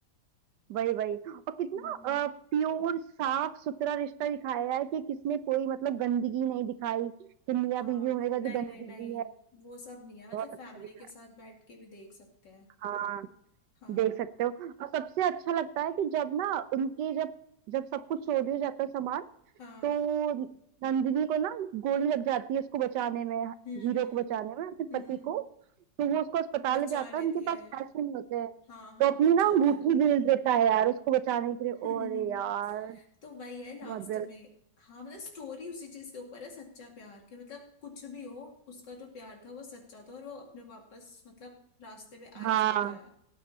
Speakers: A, on the right (about 75°); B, on the left (about 80°).
A: वही वही और कितना
B: हम्म
A: प्योर साफ सुथरा रिश्ता दिखाया है कि किसमें कोई मतलब गंदगी नहीं दिखाई कि मियाँ
B: हाँ
A: बीवी होने का
B: नहीं
A: भी गंदगी
B: नहीं नहीं
A: है
B: वो सब नहीं है मतलब
A: बहुत
B: फैमिली
A: अच्छा दिखाया
B: के साथ बैठ के भी देख सकते हैं
A: हाँ
B: हाँ
A: देख सकते हो और सबसे अच्छा लगता है कि जब ना उनके जब जब सब कुछ चोरी हो जाता है सामान
B: हाँ
A: तो नंदिनी को ना गोली लग जाती है उसको बचाने में
B: हम्म
A: हीरो
B: हम्म
A: को बचाने में अपने
B: हम्म
A: पति को तो वो उसको अस्पताल
B: बचा
A: ले जाता
B: लेती
A: है उनके पास
B: है
A: पैसे नहीं होते हैं
B: हाँ हाँ
A: तो अपनी
B: बच
A: ना
B: जाता
A: अंगूठी
B: है
A: बेच देता है यार उसको बचाने के लिए
B: <laughs>
A: और यार
B: तो वही है लास्ट
A: बहुत
B: में हाँ मतलब स्टोरी उसी चीज के ऊपर है सच्चा प्यार के मतलब कुछ भी हो उसका जो प्यार था वो सच्चा था और वो अपने वापस मतलब रास्ते पे आ ही
A: हाँ
B: जाता है